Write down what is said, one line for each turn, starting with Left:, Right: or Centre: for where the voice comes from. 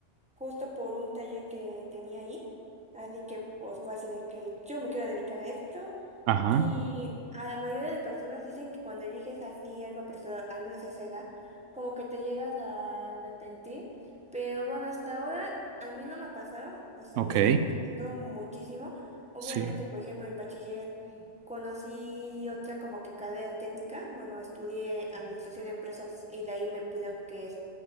Centre: justo por un taller que tenía ahí. Así que pues fue así de que yo me quiero dedicar a esto.
Right: Ajá,
Centre: Y a la mayoría de personas dicen que cuando eliges así algo apresurado, al menos a esa edad, como que te llegas a arrepentir. Pero bueno, hasta ahora a mí no me ha pasado. O sea,
Right: ok,
Centre: me sigue gustando muchísimo. Obviamente,
Right: sí,
Centre: por ejemplo, en bachiller conocí otra como que carrera técnica. Bueno, estudié administración de empresas y de ahí me puse que es